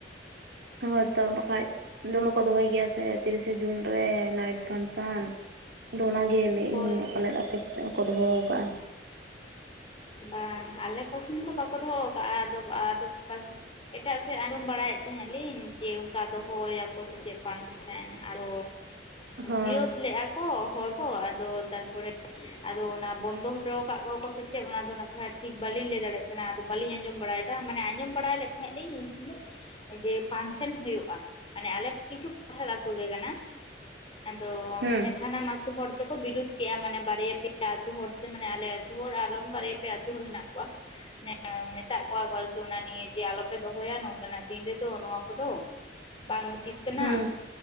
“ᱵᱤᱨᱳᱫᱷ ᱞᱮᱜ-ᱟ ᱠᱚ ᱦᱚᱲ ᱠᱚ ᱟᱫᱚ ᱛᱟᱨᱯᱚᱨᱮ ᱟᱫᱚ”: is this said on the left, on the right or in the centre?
Left